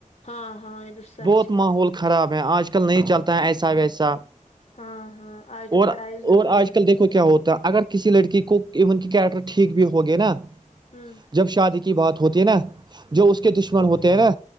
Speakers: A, on the left (about 50°); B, on the right (about 35°).
A: ہاں ہاں سچ
B: بہت ماحول خراب ہے آج کل نہیں چلتا ہے ایسا ویسا
A: ہاں ہاں آج تو
B: اور
A: پڑھائی ضروری
B: اور آج
A: ہے
B: کل دیکھو کیا ہوتا ہے اگر کسی لڑکی کو ایون کی کیریکٹر ٹھیک بھی ہوگے نا
A: ہمم
B: جب شادی کی بات ہوتی ہے نا جو اس کے دشمن ہوتے ہیں نا